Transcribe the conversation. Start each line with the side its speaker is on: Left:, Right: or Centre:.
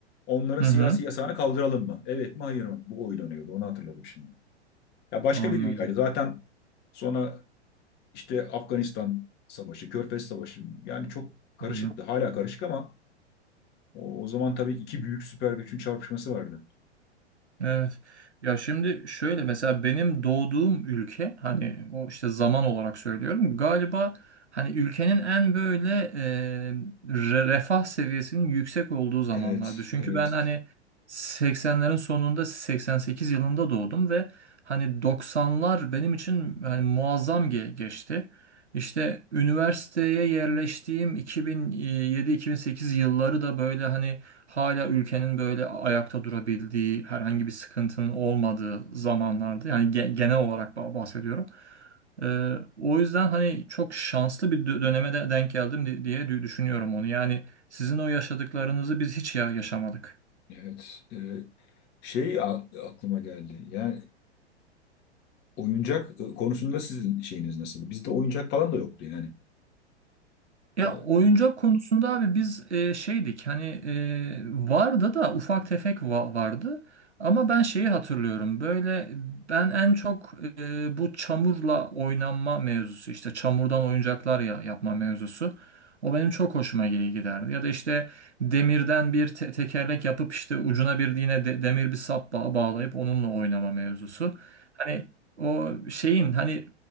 Left: Onların siyasi
Right: Hı hı.
Left: yasağını kaldıralım mı? Evet mi hayır mı? Bu oylanıyordu. Onu hatırladım şimdi. Ya başka
Right: Anladım.
Left: bir dünyaydı. Zaten sonra işte Afganistan Savaşı, Körfez Savaşı yani çok karışıktı.
Right: Hı hı.
Left: Hala karışık ama O, o zaman tabii iki büyük süper gücün çarpışması vardı.
Right: Evet. Ya şimdi şöyle mesela benim doğduğum ülke hani o işte zaman olarak söylüyorum galiba hani ülkenin en böyle e, re- refah seviyesinin yüksek olduğu zamanlardı.
Left: Evet,
Right: Çünkü
Left: evet,
Right: ben hani 80'lerin sonunda 88 yılında doğdum ve hani 90'lar benim için hani muazzam ge- geçti. İşte üniversiteye yerleştiğim 2007-2008 yılları da böyle hani hala ülkenin böyle ayakta durabildiği, herhangi bir sıkıntının olmadığı zamanlarda yani ge- genel olarak ba- bahsediyorum. Ee, o yüzden hani çok şanslı bir dö- döneme de denk geldim di- diye dü- düşünüyorum onu. Yani sizin o yaşadıklarınızı biz hiç ya yaşamadık.
Left: evet. Ee, şey a- aklıma geldi. Yani oyuncak e, konusunda sizin şeyiniz nasıl? Bizde oyuncak falan da yoktu yani.
Right: Ya
Left: Yani
Right: oyuncak konusunda abi biz e, şeydik hani e, vardı da ufak tefek va- vardı ama ben şeyi hatırlıyorum böyle ben en çok e, bu çamurla oynanma mevzusu işte çamurdan oyuncaklar ya, yapma mevzusu o benim çok hoşuma gi- giderdi ya da işte demirden bir te- tekerlek yapıp işte ucuna bir yine de- demir bir sap ba- bağlayıp onunla oynama mevzusu hani o şeyin hani